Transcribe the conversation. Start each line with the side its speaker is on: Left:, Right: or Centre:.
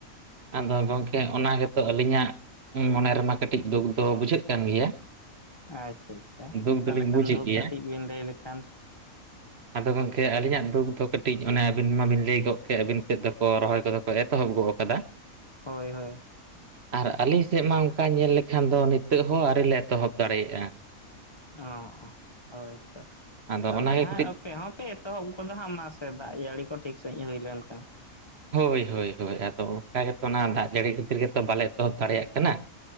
Right: ᱟᱫᱚ ᱜᱚᱝᱠᱮ ᱚᱱᱟ ᱜᱮᱛᱚ ᱟᱹᱞᱤᱧᱟᱜ ᱢᱚᱱᱮ ᱨᱮ ᱢᱟ ᱠᱟᱹᱴᱤᱡ ᱫᱩᱠ ᱫᱚ ᱵᱩᱡᱷᱟᱹᱜ ᱠᱟᱱ ᱜᱮᱭᱟ᱾
Left: ᱟᱪᱪᱷᱟ ᱪᱷᱟ,
Right: ᱫᱩᱠ
Left: ᱚᱠᱟ
Right: ᱫᱚᱞᱤᱧ
Left: ᱞᱮᱠᱟᱱ
Right: ᱵᱩᱡᱮᱫ
Left: ᱫᱩᱠ
Right: ᱜᱮᱭᱟ
Left: ᱠᱟᱹᱴᱤᱡ ᱵᱤᱱ ᱞᱟᱹᱭ ᱞᱮᱠᱷᱟᱱ
Right: ᱟᱫᱚ ᱜᱚᱢᱠᱮ ᱟᱹᱞᱤᱧᱟᱜ ᱫᱩᱠ ᱫᱚ ᱠᱟᱹᱴᱤᱡ ᱚᱱᱮ ᱟᱹᱵᱤᱱ ᱢᱟᱵᱤᱱ ᱞᱟᱹᱭ ᱜᱚᱜ ᱠᱮᱫ ᱟᱹᱵᱤᱱ ᱥᱮᱫ ᱫᱚᱠᱚ ᱨᱚᱦᱚᱭ ᱠᱚᱫᱚ ᱠᱚ ᱮᱛᱚᱦᱚᱵ ᱜᱚᱫ ᱠᱟᱫᱟ,
Left: ᱦᱳᱭ ᱦᱳᱭ᱾
Right: ᱟᱨ ᱟᱞᱤᱧ ᱥᱮᱫ ᱢᱟ ᱚᱱᱠᱟ ᱧᱮᱞ ᱞᱮᱠᱷᱟᱱ ᱫᱚ ᱱᱤᱛᱚᱜ ᱦᱚᱸ ᱟᱹᱣᱨᱤ ᱞᱮ ᱮᱛᱚᱦᱚᱵ ᱫᱟᱲᱮᱭᱟᱜᱼᱟ᱾
Left: ᱚ ᱚ ᱦᱳᱭ ᱛᱚ
Right: ᱟᱫᱚ
Left: ᱛᱟᱦᱚᱞᱮ
Right: ᱚᱱᱟᱜᱮ
Left: ᱦᱟᱸᱜ
Right: ᱠᱟᱹᱴᱤᱡ
Left: ᱟᱯᱮ ᱦᱚᱸᱯᱮ ᱮᱛᱚᱦᱚᱵ ᱜᱚᱫᱟ ᱦᱟᱸᱜ ᱢᱟᱥᱮ ᱫᱟᱜ ᱡᱟᱹᱲᱤ ᱠᱚ ᱴᱷᱤᱠ ᱥᱟᱺᱦᱤᱡ ᱦᱩᱭ ᱞᱮᱱᱠᱷᱟᱱ᱾
Right: ᱦᱳᱭ ᱦᱳᱭ ᱦᱳᱭ, ᱟᱫᱚ ᱚᱝᱠᱟ ᱜᱮᱛᱚ ᱚᱱᱟ ᱫᱟᱜ ᱡᱟᱹᱲᱤ ᱠᱷᱟᱹᱛᱤᱨ ᱜᱮᱛᱚ ᱵᱟᱞᱮ ᱮᱛᱚᱦᱚᱵ ᱫᱟᱲᱮᱭᱟᱜ ᱠᱟᱱᱟ,